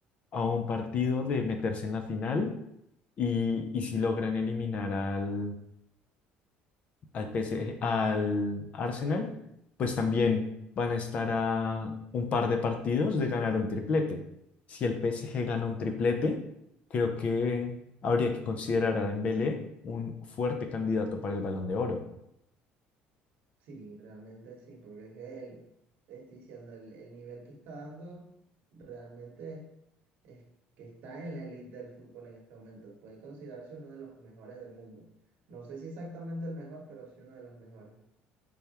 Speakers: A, on the left (about 35°); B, on the right (about 60°).
A: a un partido de meterse en la final y, y si logran eliminar al al PSG al Arsenal,
B: El Arsenal.
A: pues también van a estar a un par de partidos de ganar un triplete. Si el PSG gana un triplete, creo que habría que considerar a Dembélé un fuerte candidato para el Balón de Oro.
B: Sí, realmente sí, porque es que el, estoy diciendo, el, el nivel que está dando realmente es, que está en la elite del fútbol en este momento. Puede considerarse uno de los mejores del mundo. No sé si exactamente el mejor, pero sí uno de los mejores.